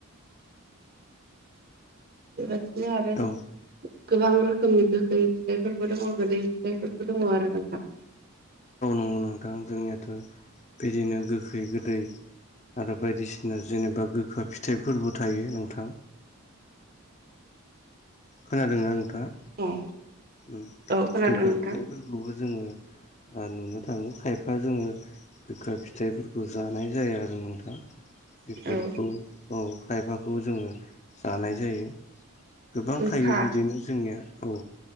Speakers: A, on the right; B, on the left.
A: बेबायदिनो आरो
B: औ
A: गोबां रोखोमनि गोखै फिथाइफोरबो दङ गोदै फिथाइफोरबो दङ आरो नोंथां
B: नंगौ औ नोंथां जोंनियाथ' बिदिनो गोखै गोदै आरो बायदिसिना जेनेबा गोखाो फिथाइफोरबो थायो नोंथां खोनादोंना नोंथाङा
A: अ
B: उम
A: औ खोनादों
B: गोखा
A: नोंथां
B: फिथाइफोरखौबो जोङो नुनो थाङो खायफा जोङो गोखा फिथाइफोरखौ जानाय जाया आरो नोंथाङा बेफोरखौ
A: औ
B: औ खायफाखौ जोङो जानाय जायो गोबां
A: गोखा
B: थायो बिदिनो जोंनिया औ